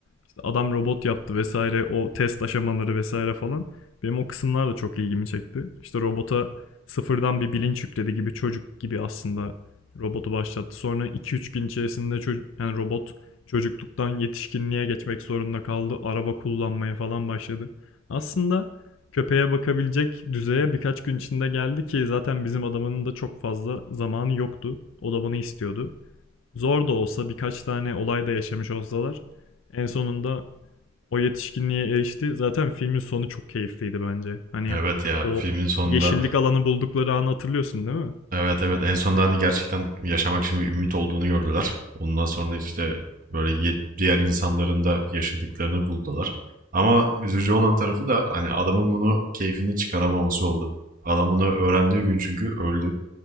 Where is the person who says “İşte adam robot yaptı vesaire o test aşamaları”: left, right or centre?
Left